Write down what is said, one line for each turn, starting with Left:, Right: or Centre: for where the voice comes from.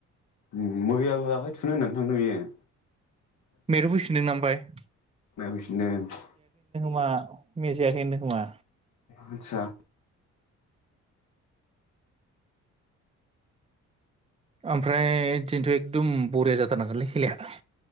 Left: उम मैयाबो आखाय थुनो होननानै थांदों बेयो।
Right: मेयाथ फैफिनदोंना ओमफ्राय?
Left: मैया फैफिनदों।
Right: मा मिया जायाखैनो खोमा।
Left: आदसा
Right: ओमफ्राय दिनैथ एखकदम बरिया जाथारनांगोनलै खेलाया।